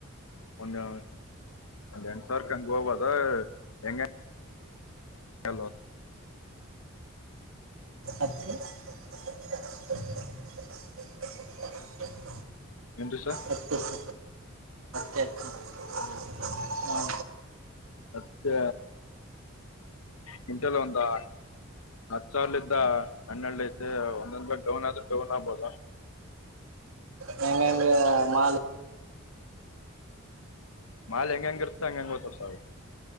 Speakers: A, on the left; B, on the right.
A: ಒಂದು ಎಂಟ್ ಸಾವ್ರ ಕಂಗ್ ಹೋಗ್ಬೋದು ಹೆಂಗೆ. ಏಲೋ
B: ಅಕಿ <unintelligible>
A: ಏನ್ರಿ ಸರ್
B: ಹತುಸ ಏ <unintelligible>
A: ಅತ್ಯ ಮುಂಟ್ಯಲ್ಲ ಒಂತಾ. ಹತ್ ಸಾವ್ಲಿಂದ್ ಹನೆಲ್ಡ್ ಐತೆ ಒಂದೊಂದ್ ಬ ಡೌನ್ ಆದ್ರೆ ಡೌನ್ ಆಗ್ಬೊದು.
B: ಹೆಂಗೆಂಗ ಮಾಲ್
A: ಮಾಲ್ ಹೆಂಗ್ ಹೆಂಗ್ ಇರ್ತ ಹಂಗಂಗ್ ಹೋತಾ ಸಾಮಿ.